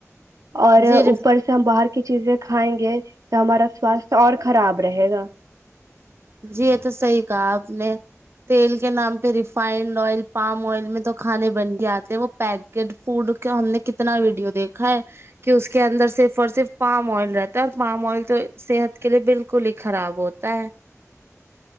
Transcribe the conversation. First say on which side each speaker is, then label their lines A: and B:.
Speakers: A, on the right; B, on the right.
A: اور
B: جی
A: اوپر سے ہم باہر کی چیزیں کھائیں گے تو ہمارا سواستھ اور خراب رہے گا
B: جی یہ تو صحیح کہا آپ نے تیل کے نام پہ ریفائنڈ آئل پام آئل میں تو کھانے بن کے آتے وہ پیکڈ فوڈ کا ہم نے کتنا ویڈیو دیکھا ہے کہ اس کے اندر صرف اور صرف پام آئل رہتا ہے اور پام آئل تو صحت کے لیے بالکل ہی خراب ہوتا ہے